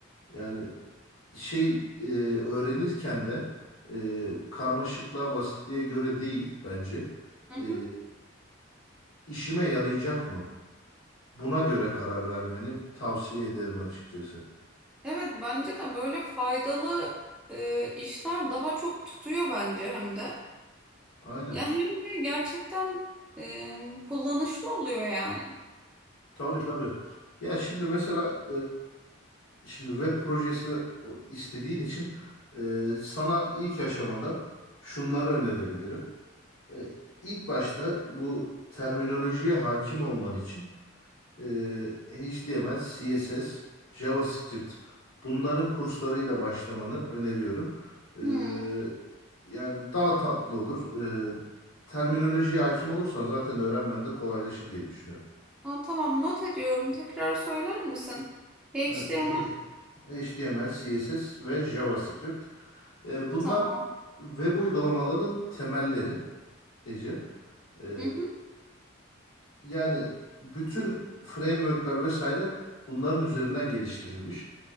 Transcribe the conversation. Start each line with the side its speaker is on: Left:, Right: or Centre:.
Left: Yani şey e, öğrenirken de e, karmaşıklığa basitliğe göre değil bence.
Centre: Hı hı.
Left: E, işime yarayacak mı? Buna göre karar vermeni tavsiye ederim açıkçası.
Centre: Evet bence de böyle faydalı e, işler daha çok tutuyor bence hem de.
Left: Aynen.
Centre: Ya hem de gerçekten e, kullanışlı oluyor yani.
Left: Tabii tabii. Ya şimdi mesela e, şimdi web projesi de- o- istediğin için e, sana ilk aşamada şunları
Centre: Hı
Left: önerebilirim. E, ilk başta bu terminolojiye hakim olman için e, HTML, CSS, JavaScript bunların kurslarıyla başlamanı öneriyorum. E,
Centre: hı. Hı.
Left: yani daha tatlı olur. E, terminolojiye hakim olursan zaten öğrenmen de kolaylaşır diye düşünüyorum.
Centre: Aa, tamam not ediyorum. Tekrar söyler misin? HTML
Left: E, he- HTML, CSS ve JavaScript. E, bunlar
Centre: tamam.
Left: web uygulamaların temelleri Ece. E,
Centre: Hı hı.
Left: yani bütün frameworkler vesaire bunların üzerinden geliştirilmiş.